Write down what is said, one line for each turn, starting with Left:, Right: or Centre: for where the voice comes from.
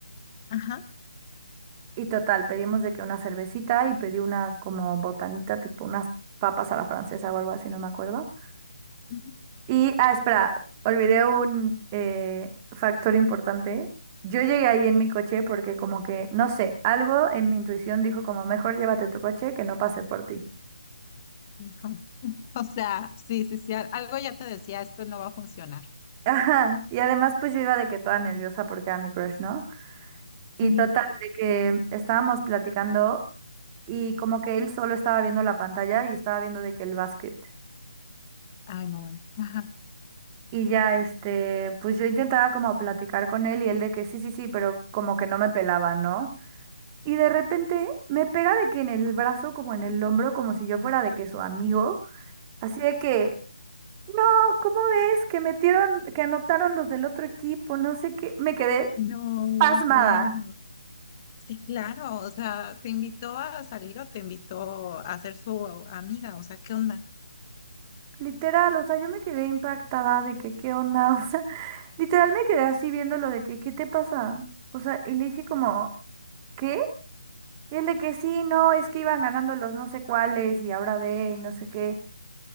Left: ajá.
Right: Y total, pedimos de que una cervecita y pedí una como botanita, tipo unas papas a la francesa o algo así, no me acuerdo.
Left: Ujú.
Right: Y, ah, espera, olvidé un eh, factor importante. Yo llegué ahí en mi coche porque como que, no sé, algo en mi intuición dijo como, mejor llévate tu coche que no pase por ti.
Left: Ujú. O sea, sí, sí, sí, al- algo ya te decía, esto no va a funcionar.
Right: <laughs> Ajá, y además pues yo iba de que toda nerviosa porque era mi crush, ¿no? Y
Left: Ujú.
Right: total, de que estábamos platicando y como que él solo estaba viendo la pantalla y estaba viendo de que el básquet.
Left: Ay, no, bueno. Ajá.
Right: Y ya, este, pues yo intentaba como platicar con él y él de que sí, sí, sí, pero como que no me pelaba, ¿no? Y de repente me pega de que en el brazo, como en el hombro, como si yo fuera de que su amigo, así de que, no, ¿cómo ves? Que metieron, que anotaron los del otro equipo, no sé qué, me quedé
Left: No,
Right: pasmada.
Left: bueno. Sí, claro, o sea, te invitó a salir o te invitó a ser su amiga, o sea, ¿qué onda?
Right: Literal, o sea, yo me quedé impactada de que, ¿qué onda? <laughs> O sea, literal me quedé así viéndolo de que, ¿qué te pasa? O sea, y le dije como, ¿qué? y Dile que sí, no, es que iban ganando los no sé cuáles y ahora ve y no sé qué.